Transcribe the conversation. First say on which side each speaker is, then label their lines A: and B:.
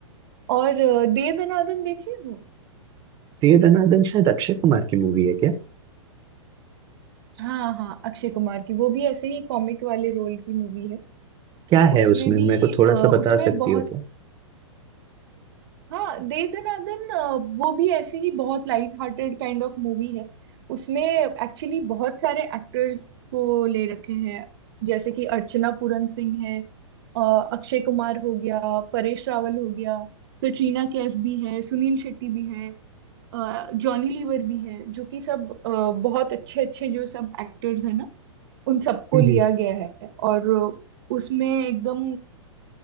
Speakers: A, on the right (about 50°); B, on the right (about 25°).
A: और अ, दे दनादन देखे हो
B: तो ये दनादन शायद अक्षय कुमार की मूवी है
A: हाँ हाँ अक्षय कुमार की वो भी ऐसे ही कॉमिक वाले रोल की मूवी है
B: क्या है
A: उसमें
B: उसमें
A: भी
B: मेरे को
A: अ,
B: थोड़ा
A: उसमें
B: सा बता सकती
A: बहुत
B: हो क्या
A: हाँ दे दनादन अ, वो भी ऐसे ही बहुत light hearted kind of movie है उसमें एक्चुअली बहुत सारे एक्टर्स को ले रखे हैं जैसे कि अर्चना पूरन सिंह है अ, अक्षय कुमार हो गया परेश रावल हो गया कटरीना कैफ भी है सुनील शेट्टी भी है अ, जॉनी लीवर भी है जो कि सब अ, बहुत अच्छे अच्छे जो सब एक्टर्स हैं ना उन सबको
B: हम्म,
A: लिया
B: हम्म।
A: गया है और उसमें एकदम